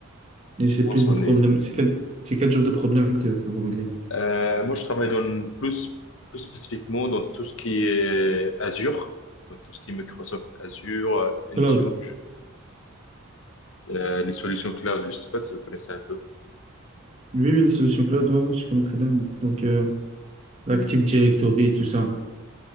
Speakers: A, on the right; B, on the left.
A: Et
B: Je
A: c'est
B: pense
A: plus
B: qu'on
A: des problèmes.
B: est
A: C'est quel, c'est quel genre de problème que, que vous réglez?
B: Euh, moi, je travaille dans plus, plus spécifiquement dans tout ce qui est Azure, donc tout ce qui est Microsoft Azure, euh, Intune,
A: Cloud.
B: euh, les solutions cloud. Je ne sais pas si vous connaissez un peu.
A: Oui, oui, les solutions cloud, ouais, ouais, je connais très bien. Donc, euh, l'Active
B: Mhm.
A: Directory, tout ça.